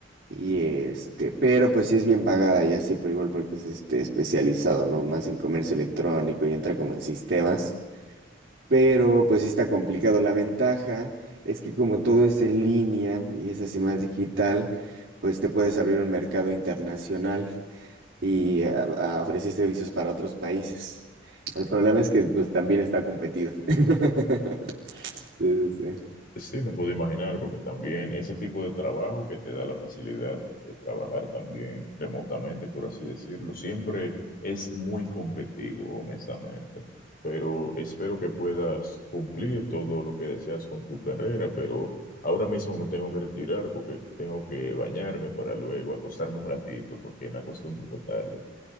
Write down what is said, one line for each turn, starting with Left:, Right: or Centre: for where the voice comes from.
Right: y este, pero pues sí es bien pagada y así pero igual porque es este especializado, ¿no? Más en comercio electrónico y entra como en sistemas, pero pues sí está complicado. La ventaja es que como todo es en línea y es así más digital, pues te puedes abrir un mercado internacional y a- a ofrecer servicios para otros países. El problema es que pues también está competido. <laughs> Sí, sí, sí.
Left: Sí, me puedo imaginar, porque también ese tipo de trabajo que te da la facilidad de trabajar también remotamente, por así decirlo, siempre es muy competido, honestamente. Pero espero que puedas cumplir todo lo que deseas con tu carrera, pero ahora mismo me tengo que retirar porque tengo que bañarme para luego acostarme un ratito, porque me acosté un poco tarde.